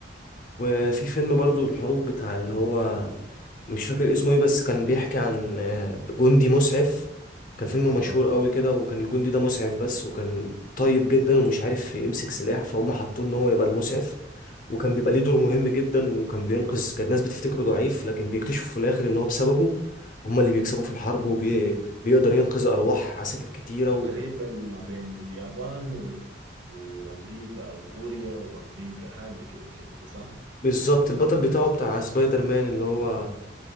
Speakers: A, on the left; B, on the right.
A: وفي فيلم برضو الحروب بتاع اللي هو مش فاكر اسمه ايه بس كان بيحكي عن آه، جندي مسعف كان فيلم
B: تمام
A: مشهور قوي كده وكان الجندي ده مسعف بس وكان طيب جدا ومش عارف يمسك سلاح فهم حطوه ان هو يبقى المسعف وكان بيبقى ليه دور مهم جدا وكان بينقذ كان الناس بتفتكره ضعيف لكن بيكتشفوا في الاخر ان هو بسببه هم اللي بيكسبوا في الحرب وبيقدر ينقذ ارواح عساكر كتيرة
B: تقريبا
A: و...
B: ما بين اليابان و... وامريكا او كوريا وامريكا حاجه كده الفيلم ده صح؟
A: بالظبط البطل بتاعه بتاع سبايدر مان اللي هو